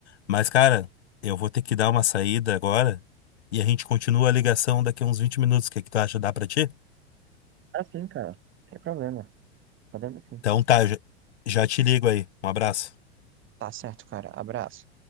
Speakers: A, on the left; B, on the right.
A: Mas, cara, eu vou ter que dar uma saída agora e a gente continua a ligação daqui a uns 20 minutos. O que é que tu acha? Dá pra ti?
B: Assim cara. Sem problema. Podemos sim.
A: Então tá, já, já te ligo aí. Um abraço.
B: Tá certo, cara. Abraço.